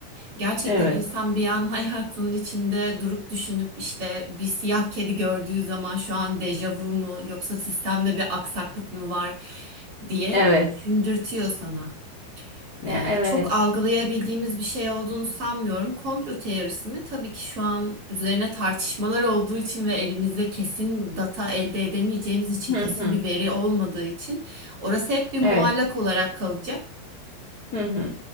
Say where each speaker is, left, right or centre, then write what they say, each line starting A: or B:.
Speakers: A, on the right; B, on the left.
A: gerçekten
B: Evet.
A: insan bir an <laughs> hayatının içinde durup düşünüp işte bir siyah kedi gördüğü zaman şu an dejavu mu yoksa sistemde bir aksaklık mı var diye
B: Evet.
A: düşündürtüyor sana
B: Ya
A: e,
B: evet.
A: çok algılayabildiğimiz bir şey olduğunu sanmıyorum. Komplo teorisi mi? Tabii ki şu an üzerine tartışmalar olduğu için ve elimizde kesin data elde edemeyeceğimiz için,
B: Hı
A: kesin
B: hı.
A: bir veri olmadığı için orası hep bir muallak
B: Evet.
A: olarak kalacak.
B: Hı hı.